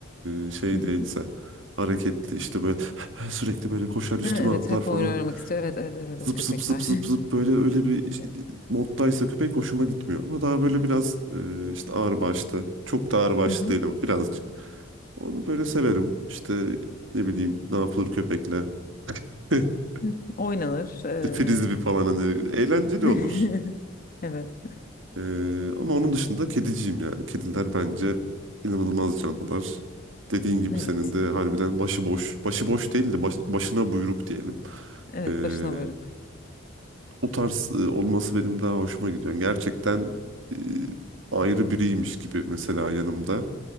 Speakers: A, on the right; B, on the left.
A: eee, şey
B: Hı hı.
A: değilse hareketli işte böyle <laughs> sürekli böyle koşar üstüme
B: Ha, evet
A: atlar
B: hep
A: falan
B: oyun oynamak istiyor. Evet evet evet
A: zıp
B: o köpekler.
A: zıp zıp zıp zıp böyle öyle bir işte
B: <laughs>
A: moddaysa köpek hoşuma gitmiyor. Ama daha böyle biraz eee, işte ağırbaşlı çok da ağırbaşlı
B: Hı hı.
A: değil ama birazcık onu böyle severim. İşte ne bileyim ne yapılır köpekle <laughs>
B: Hı. Oynanır. Ee,
A: frisbee falan hani eğlenceli
B: <laughs>
A: olur.
B: Evet
A: Ee, ama onun dışında kediciyim yani. Kediler bence inanılmaz canlılar. Dediğin gibi
B: evet.
A: senin de harbiden başıboş. Başıboş değil de baş- başına buyruk diyelim.
B: Evet
A: Ee,
B: başına varık.
A: o tarz e, olması benim daha hoşuma gidiyor. Yani gerçekten e, ayrı biriymiş gibi mesela yanımda